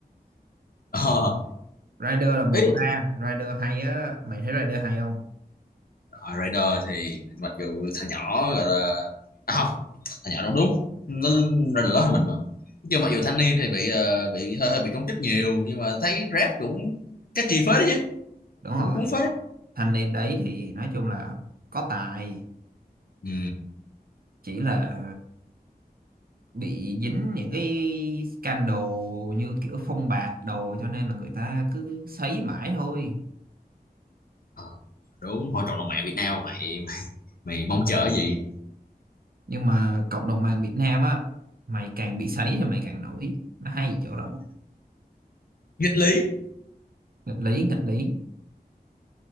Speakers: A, on the left (about 65°); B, on the right (about 65°).
A: ờ
B: Rider là mùa
A: ý
B: ba Rider hay á mày thấy Rider hay không
A: là Rider thì mặc dù thằng nhỏ gọi là à, không thằng nhỏ đúng đúng nó ra được lớn hơn mình mà nhưng mặc dù thanh niên thì bị ờ, bị hơi hơi bị công kích nhiều nhưng mà thấy rap cũng catchy chi phết đấy chứ
B: đúng rồi
A: cũng cuốn phết đấy
B: thanh niên đấy thì nói chung là có tài
A: ừ
B: chỉ là bị dính những cái scandal như kiểu phong bạc đồ cho nên là người ta cứ sấy mãi thôi
A: Ờ, đúng thôi cộng đồng mạng Việt Nam mày mày mong chờ cái gì
B: nhưng mà cộng đồng mạng Việt Nam á mày càng bị sấy thì mày càng nổi nó hay chỗ đó
A: nghịch lý
B: nghịch lý nghịch lý